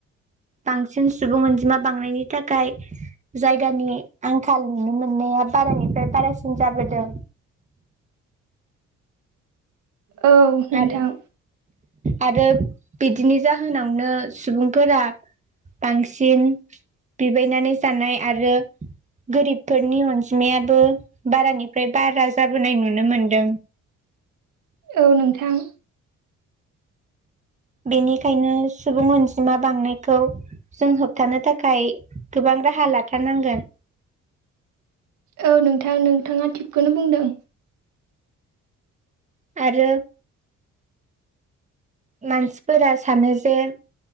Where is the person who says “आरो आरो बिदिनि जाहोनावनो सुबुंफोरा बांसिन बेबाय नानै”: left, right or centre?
Right